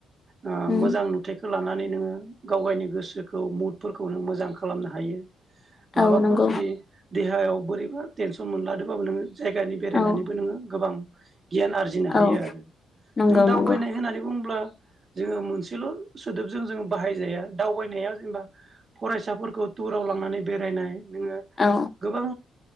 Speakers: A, on the right (about 35°); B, on the left (about 30°).
A: ओ
B: उम
A: मोजां नुथायखौ खौ लानानै नोङो गाव गावनि गोसोखौ मुदफोरखौ नों मोजां खालामनो हायो। माबाफोर
B: औ नंगौ
A: जुदि देहायाव बोरैबा टेनसन मोनलादोंबाबो नोङो जायगानि बेरायनानैबो
B: औ
A: नोङो गोबां <unintelligible> गियान आरजिनो
B: औ
A: हायो आरो
B: नंगौ
A: नों दावबायनाय
B: नंगौ
A: होननानै बुंङोब्ला जोङो मोनसेल' सोदोब जों जों बाहाय जाया दावबायनाया जेनबा फरायसाफोरखौ टुराव लांनानै बेरायनाय नोङो
B: औ
A: गोबां